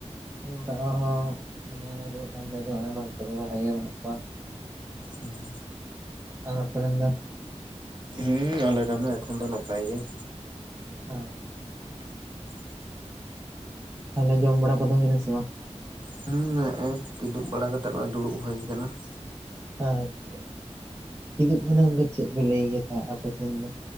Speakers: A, on the right; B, on the right.
A: ᱚᱲᱟᱜ ᱦᱚᱲ ᱦᱚᱸ ᱢᱟᱱᱮ ᱨᱩᱣᱟᱹᱜ ᱠᱟᱱ ᱛᱟᱦᱮᱸᱜ ᱠᱚ ᱦᱚᱸᱜ-ᱚᱭ ᱦᱤᱛᱚᱜ ᱫᱚ ᱵᱷᱟᱜᱮ ᱜᱮ ᱢᱮᱱᱟᱜ ᱠᱚᱣᱟ ᱾
B: ᱦᱩᱸ ᱾
A: ᱟᱨ ᱟᱯᱮ ᱨᱮᱱ ᱫᱚ?
B: ᱦᱩᱸ ᱟᱞᱮ ᱨᱮᱱ ᱦᱚᱸ ᱮᱠᱷᱚᱱ ᱫᱚ ᱱᱟᱯᱟᱭ ᱜᱮ ᱾
A: ᱟᱪᱪᱷᱟ ᱾
B: <inaudible>
A: ᱛᱟᱦᱚᱞᱮ ᱡᱚᱢ ᱵᱟᱲᱟ ᱠᱚᱫᱚ ᱦᱩᱭᱱᱟ ᱥᱮ ᱵᱟᱝ?
B: ᱦᱩᱸ ᱱᱮᱸᱜ-ᱮ ᱠᱤᱫᱩᱵ ᱵᱟᱲᱟ ᱠᱟᱛᱮᱜ ᱱᱚᱜ-ᱚᱭ ᱫᱩᱲᱩᱵ ᱦᱩᱭ ᱠᱟᱱᱟ ᱾
A: ᱟᱪᱪᱷᱟ, ᱠᱤᱫᱩᱵ ᱢᱟᱱᱟᱝ ᱫᱚ ᱪᱮᱫ ᱯᱮ ᱞᱟᱹᱭ ᱜᱮᱭᱟ ᱛᱟ ᱟᱯᱮ ᱥᱮᱱ ᱫᱚ?